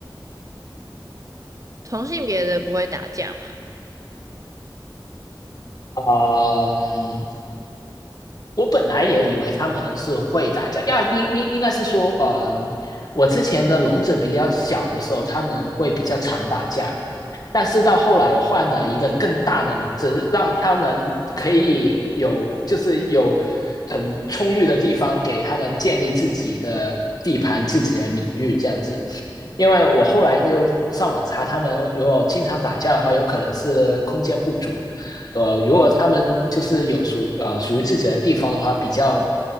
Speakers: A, on the right; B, on the left.
A: 同性别的不会打架吗？
B: 嗯，我本来也以为他们是会打架，呀，应应应该是说，呃，我之前的笼子比较小的时候，他们会比较常打架，但是到后来我换了一个更大的笼子，让他们可以有就是有很充裕的地方给他们建立自己的地盘、自己的领域这样子。因为我后来就上网查，他们如果经常打架的话，有可能是空间不足，呃，如果他们就是有属呃属于自己的地方的话，比较